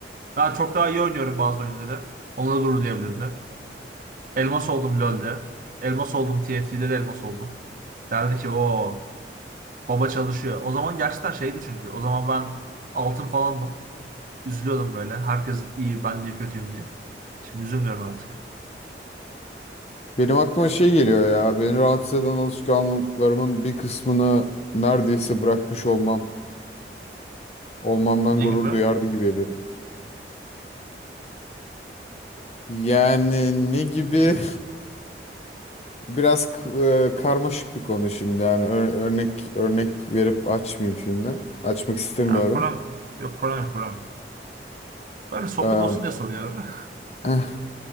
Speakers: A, on the right; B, on the left.
A: Daha çok daha iyi oynuyorum bazı oyunları. Onunla gurur duyabilirdi. Elmas oldum LoL'de. Elmas oldum TFT'de de elmas oldum. Derdi ki o baba çalışıyor. O zaman gerçekten şeydi çünkü. O zaman ben altın falandım. Üzülüyordum böyle. Herkes iyi, ben niye kötüyüm diye. Şimdi üzülmüyorum artık.
B: Benim aklıma şey geliyor ya. Beni rahatsız eden alışkanlıklarımın bir kısmını neredeyse bırakmış olmam. Olmamdan
A: Ne
B: gurur
A: gibi?
B: duyardı gibi geliyor. Yani ne gibi? <laughs> Biraz k- e, karmaşık bir konu şimdi. Yani ör- örnek örnek verip açmayayım şimdi. Açmak istemiyorum.
A: Yani problem, yok problem yok problem. Böyle sohbet
B: Ee,
A: olsun diye soruyorum.
B: <clears throat>